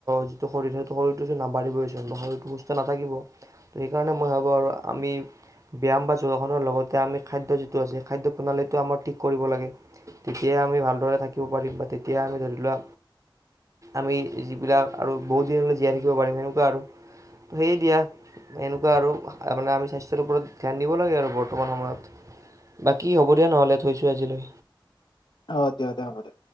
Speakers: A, on the right; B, on the left.
A: যিটো শৰীৰ সেইটো শৰীৰটো নাবাঢ়িবই হৈছে শৰীৰটো সুস্থ নাথাকিব ত' সেইকাৰণে মই ভাবো আৰু- আৰু আমি ব্যায়াম বা যোগাসনৰ লগতে আমি খাদ্য যিটো আছে খাদ্য প্ৰণালীটো আমাৰ ঠিক কৰিব লাগে। তেতিয়াই আমি ভালদৰে থাকিব পাৰিম বা তেতিয়া আমি ধৰি লোৱা আমি যিবিলাক আৰু বহুত দিনলৈ জীয়াই থাকিব পাৰিম সেনেকোৱা আৰু ত সেয়ে দিয়া এনেকোৱা আৰু মানে আমি স্বাস্থ্যৰ ওপৰত ধ্যান দিব লাগে আৰু বৰ্তমান সময়ত- বাকী হ'ব দিয়া নহলে থৈছো আজিলৈ।
B: অ দে হ'ব দে